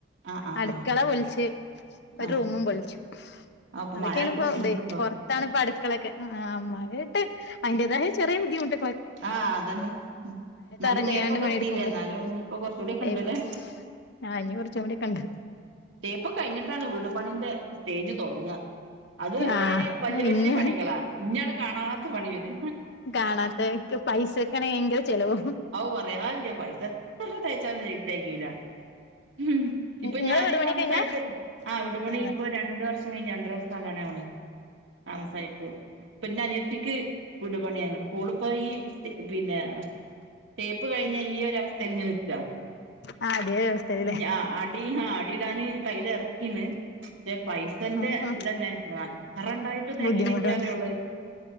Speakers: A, on the right; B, on the left.
A: ആ ആ
B: അടുക്കള
A: ആ
B: പൊളിച്ച് ഒരു
A: ആ
B: റൂമും പൊളിച്ചു
A: ആ അപ്പൊ
B: അതൊക്കെയാണ്
A: മഴയായിട്ട്
B: ഇപ്പം
A: ബുദ്ധിമുട്ടുണ്ടോ
B: ഇതെ ത്താണ് ഇപ്പോ അടുക്കളൊക്കെ ആ മഴയത്ത് അതിന്റേതായ ചെറിയ ബുദ്ധിമുട്ട്
A: ആ അതെന്നെ ഇന്നാലും
B: ഇറങ്ങിയാണ്ട്
A: തേപ്പക്കെ
B: പണിയെടുക്കുമ്പള്
A: എത്തിയില്ലേ ഇന്നാലും ഇനിയിപ്പോ കൊറച്ചുകൂടിയെക്കെ
B: തേപ്പ്
A: ഇണ്ട്ല്ലേ.
B: ആ ഇഞ്ഞ് കെറച്ചുടി ഒക്കെ ഇണ്ട്
A: തേപ്പ് കഴിഞ്ഞിട്ടാണ് വീട് പണിന്റെ സ്റ്റേജ് തെടങ്ങ അത് വരേ
B: ആ
A: വല്യ വല്യ
B: ഇഞ്ഞ്
A: പണികളാ ഇഞ്ഞണ് കാണാത്ത പണി വരാ
B: കാണാത്ത പൈസൊക്ക് ഭയങ്കര ചെലവും
A: ഔ പറയാല്ല പൈസ എത്ര തേച്ചാലും തകയൂ തകയൂല ഉം ഇപ്പൊ
B: നിങ്ങളെ
A: ഞാന്
B: വീട് പണി
A: താമസായിട്ട്
B: കഴിഞ്ഞാ
A: ആ വീടു പണി
B: ആ
A: ഇപ്പോ രണ്ടു വർഷം കഴിഞ്ഞ് രണ്ടര വർഷം ആകാനാവ്ണ് താമസയിട് പിന്നെ അനിയത്തിക്ക് വിട്പണിയണ് ഓളിപ്പോ ഈ പിന്നെ തേപ്പ് കഴിഞ്ഞാ ഈ ഒര് ആവസ്ഥയിൽ ഇങ്ങനെ നിക്ക
B: ആ അതേ അവസ്ഥയിലല്ലേ
A: ഞ്ഞ് അസ അടി ആഹ് അടിയിടാന് ടൈല് ആറക്കിണ് പക്ഷേ പൈസന്റെ
B: ആ ആ
A: ഇതന്നെ എത്രറെണ്ടായിട്ടും തെകയിണില്ലറിയാണോള്ളേ
B: ബുദ്ധിമുട്ടുണ്ട്